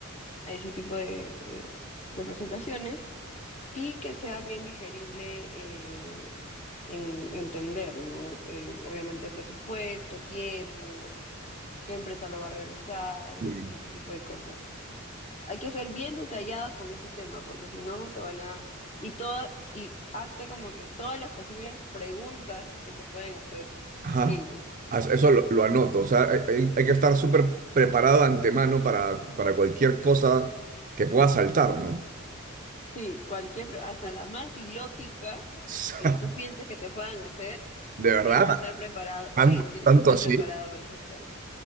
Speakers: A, on the left; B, on the right.
A: a ese tipo de, de- de presentaciones, y que sea bien digerible eh, en entender, ¿no? Eh, obviamente presupuesto, tiempos, qué empresa lo va a realizar y
B: Sí.
A: ese tipo de cosas. Hay que ser bien detallados con ese tema, porque si no te van a... Y toda, y hazte como que todas las posibles preguntas que te pueden hacer
B: Ajá.
A: ellos.
B: As- Eso lo, lo anoto. O sea, hay, hay- hay que estar súper preparado de antemano para, para cualquier cosa que pueda saltar, ¿no? <laughs>
A: Sí, cualquier, pre- hasta la más ilógica
B: O sea,
A: que tú pienses que te puedan hacer,
B: de verdad.
A: tienes que estar preparado.
B: ¿Tan-
A: Sí, tienes
B: Tanto,
A: que estar
B: así.
A: preparado para esas preguntas.